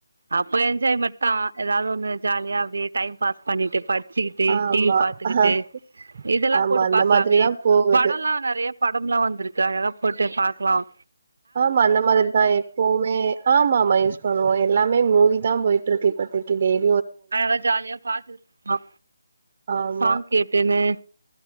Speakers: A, on the right; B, on the right.
A: அப்ப என்ஜாய்மட் தா ஏதாவுது ஒன்னு ஜாலியா அப்டியே டைம் பாஸ் பண்ணிட்டு படிச்சுக்கிட்டு
B: ஆமா
A: டி வி பாத்துக்கிட்டு
B: அஹ்,
A: இதெல்லா
B: ஆமா
A: போட்டு
B: அந்த
A: பாக்கலாமே
B: மாதிரிதா போகுது
A: படம்லாம் நெறைய படமுலாம் வந்திருக்கு அதலா போட்டு பாக்கலாம்
B: ஆ அந்த மாதிரிதான் எப்பவுமே ஆமா ஆமா யூஸ் பண்ணுவோம் எல்லாமே மூவி தான் போயிட்டு இருக்கு இப்பதைக்கி டெய்
A: அழகா ஜாலியா பாத்துட்டு இருக்கோ
B: ஆமா
A: சாங் கேட்டுன்னு